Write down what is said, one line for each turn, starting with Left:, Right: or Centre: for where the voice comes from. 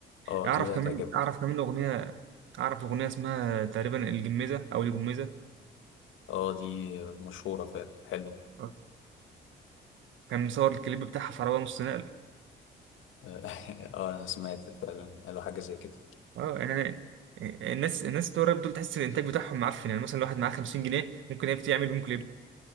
Left: اه
Right: اعرف
Left: دي
Right: كمان
Left: هتعجبك
Right: اعرف كمان اغنيه اعرف اغنيه اسمها تقريبا الجميزه او الجميزه
Left: اه دي مشهورة فعلا حلو
Right: آه. كان مصور الكليب بتاعها في عربيه نص نقل
Left: اه <laughs> آه، أنا سمعت فعلا قالوا حاجة زي كده
Right: اه يعني الناس الناس بتوع الراب دول تحس الانتاج بتاعهم معفن يعني مثلا لو واحد معاه 50 جنيه ممكن يعمل بيهم كليب